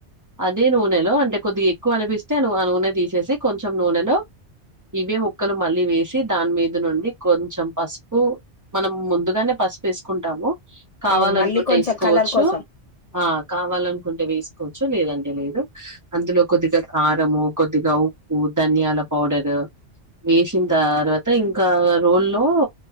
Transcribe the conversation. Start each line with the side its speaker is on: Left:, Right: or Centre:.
Right: అదే నూనెలో అంటే కొద్దిగా ఎక్కువ అనిపిస్తే ఆ నూనె తీసేసి కొంచెం నూనెలో ఇవే ముక్కలు మళ్ళీ వేసి దానిమీద నుండి కొంచెం పసుపు మనం ముందుగానే పసుపు వేసుకుంటాము కావాలనుకుంటే
Left: అవును మళ్ళీ కొంచెం
Right: వేసుకోవచ్చు
Left: కలర్ కోసం
Right: ఆ కావాలనుకుంటే వేసుకోవచ్చు లేదండి లేదు అందులో కొద్దిగా కారము కొద్దిగా ఊ ధనియాల పౌడరు వేసిన తర్వాత ఇంకా రోల్లో